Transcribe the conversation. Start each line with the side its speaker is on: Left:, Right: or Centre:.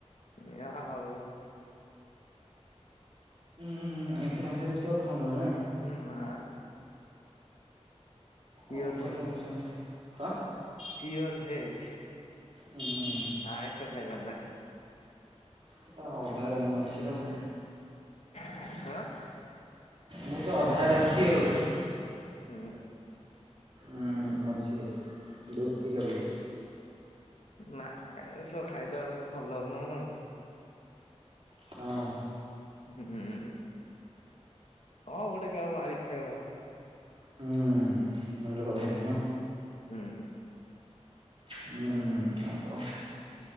Left: ଏୟା ଆଉ।
Right: ଉଁ ହୁଁ ଆଇଁଷା ଫାଇଁଷ ତ ତୁ ଆଉ ଖାଉନୁ ନା?
Left: ଉଁ ନାଁ। ପିଓର
Right: କଣ କହୁଛନ୍ତି ସାରେ କଁ?
Left: Pure veg.
Right: ଉଁ।
Left: ଆଇଁଷ ଖାଇବାର ନାଇଁ।
Right: ଶଳା ଅଧାରେ ମୁଁ ଅଛି ଆଉ।
Left: <unintelligible>
Right: ମୁଁ ତ ଅଧାରେ ଅଛି ଆଉ।
Left: ହୁଁ।
Right: ଉଁ ମଝିରେ। ଡୁବକି ଲଗଉଚି।
Left: ନା ଏସବୁ ଖାଇଲା ବେଳକୁ ଭଲ ନୁ।
Right: ହଁ।
Left: ହୁଁ। କଣ ଗୋଟେ କାହାକୁ ମାରିକି ଖାଇବ।
Right: ହୁଁ। ଭଲ କଥା ନୁହୁ ନା।
Left: ହୁଁ।
Right: ହୁଁ <unintelligible>